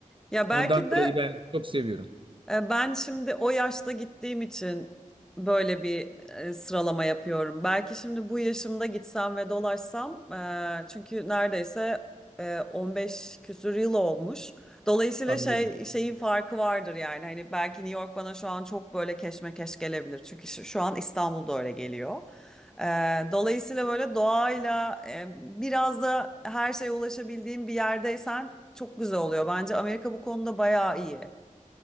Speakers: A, in the centre; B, on the right.
A: Ya belki
B: Ondan
A: de
B: dolayı ben çok seviyorum.
A: E, Ben şimdi o yaşta gittiğim için böyle bir e, sıralama yapıyorum. Belki şimdi bu yaşımda gitsem ve dolaşsam, e, çünkü neredeyse e, 15 küsür yıl olmuş. Dolayısıyla
B: Anladım.
A: şey şeyin farkı vardır yani. Hani belki New York bana şu an çok böyle keşmekeş gelebilir. Çünkü şu, şu an İstanbul'da öyle geliyor. E, dolayısıyla böyle doğayla e, biraz da her şeye ulaşabildiğim bir yerdeysen çok güzel oluyor. Bence Amerika bu konuda bayağı iyi.